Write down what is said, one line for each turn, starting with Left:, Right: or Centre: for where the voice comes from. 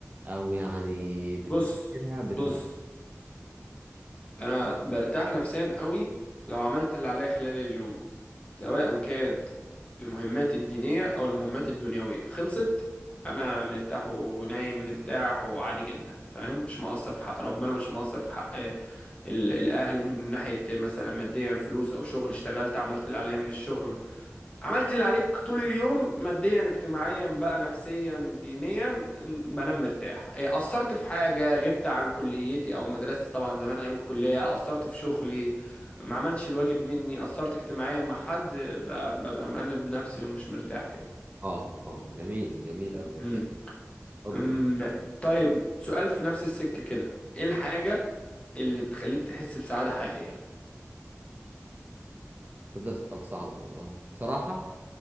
Right: او يعني بتفتكرها
Left: بص
Right: بتفت...
Left: بص انا برتاح نفسيا قوي لو عملت اللي عليا خلال اليوم سواء كانت المهمات الدينية او المهمات الدنيوية خلصت انا مرتاح ونايم مرتاح وعادي جدا فاهم مش مقصر في حق ربنا مش مقصر في حق ال- الاهل من ناحية مثلا ماديا فلوس او شغل اشتغلت عملت اللي عليا من الشغل عملت اللي عليك طول اليوم ماديا اجتماعيا بقى نفسيا دينيا بنام مرتاح إيه، أثرت في حاجة غبت عن كليتي أو مدرستي طبعا زمان أيام الكلية أثرت في شغلي ما عملتش الواجب مني أثرت اجتماعيا مع حد ب- ببقى مأنب نفسي ومش مرتاح كده
Right: اه اه جميل جميل اوي
Left: مم.
Right: جميل. اتفضل.
Left: أم، طيب سؤال في نفس السكة كده إيه الحاجة اللي بتخليك تحس بسعادة حقيقية
Right: صدق سؤال صعب والله بصراحة